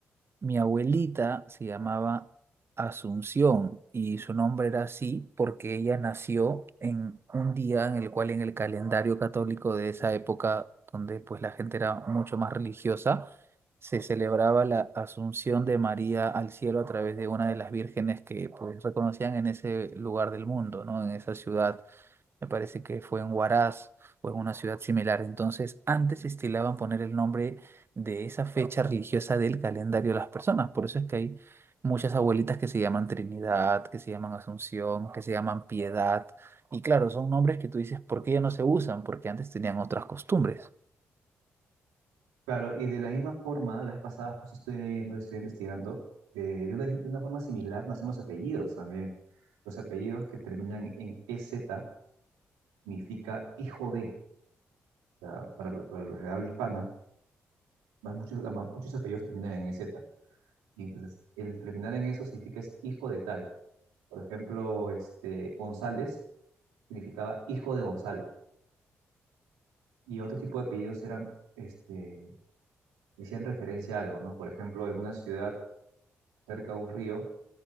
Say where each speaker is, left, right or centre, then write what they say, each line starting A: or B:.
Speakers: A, on the right; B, on the right.
A: Mi abuelita se llamaba Asunción y su nombre era así porque ella nació en un día en el cual en el calendario católico de esa época, donde pues la gente era mucho más religiosa, se celebraba la Asunción de María al cielo a través de una de las vírgenes que pues reconocían en ese lugar del mundo, ¿no? En esa ciudad. Me parece que fue en Huaraz o en una ciudad similar. Entonces, antes estilaban poner el nombre de esa fecha religiosa del calendario de las personas. Por eso es que hay muchas abuelitas que se llaman Trinidad, que se llaman Asunción, que se llaman Piedad. Y claro, son nombres que tú dices, ¿por qué ya no se usan? Porque antes tenían otras costumbres.
B: Claro, y de la misma forma, la vez pasada justo estoy viendo y estoy investigando, de, de una, de una forma similar nacen los apellidos también. Los apellidos que terminan en E z significa hijo de, O sea, para, para los de habla hispana, más muchos, la ma- muchos apellidos terminan en E z Y entonces, el terminar en eso significa es hijo de tal. Por ejemplo, este, González significaba hijo de Gonzalo. Y otro tipo de apellidos eran, este, decían referencia a algo, ¿no? Por ejemplo, en una ciudad cerca de un río,